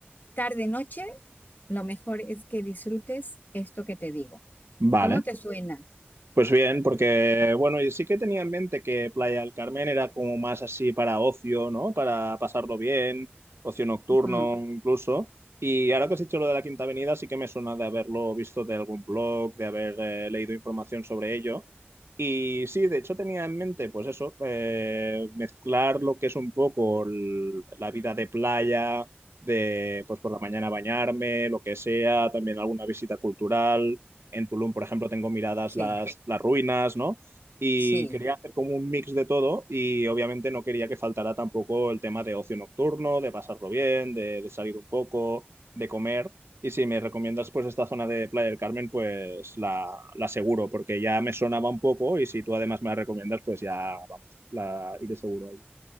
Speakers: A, on the left (about 50°); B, on the right (about 80°).
A: tarde noche, lo mejor es que disfrutes esto que te digo.
B: vale.
A: ¿Cómo te suena?
B: Pues bien, porque bueno, yo sí que tenía en mente que Playa del Carmen era como más así para ocio, ¿no? Para pasarlo bien, ocio nocturno
A: Ujú,
B: incluso. Y ahora que has dicho lo de la Quinta Avenida, sí que me suena de haberlo visto de algún blog, de haber eh, leído información sobre ello. Y sí, de hecho tenía en mente, pues eso, eh, mezclar lo que es un poco el- la vida de playa, de pues por la mañana bañarme, lo que sea, también alguna visita cultural. En Tulum, por ejemplo, tengo miradas
A: sí,
B: las, las ruinas, ¿no? Y
A: sí.
B: quería hacer como un mix de todo y obviamente no quería que faltara tampoco el tema de ocio nocturno, de pasarlo bien, de, de salir un poco, de comer. Y si me recomiendas pues esta zona de Playa del Carmen, pues la, la seguro, porque ya me sonaba un poco y si tú además me la recomiendas, pues ya vamos, la iré seguro ahí.